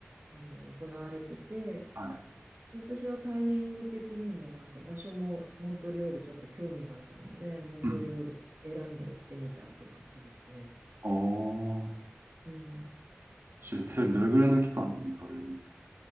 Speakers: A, on the right; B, on the right.
A: あの、行われてて、
B: はい。
A: 私はタイミング的にもなんか場所もモントリオールちょっと興味があったので、モントリオール選んで行ってみたっていう感じですね。
B: うん。おー、
A: うん。
B: それ、それどれぐらいの期間に行かれるんですか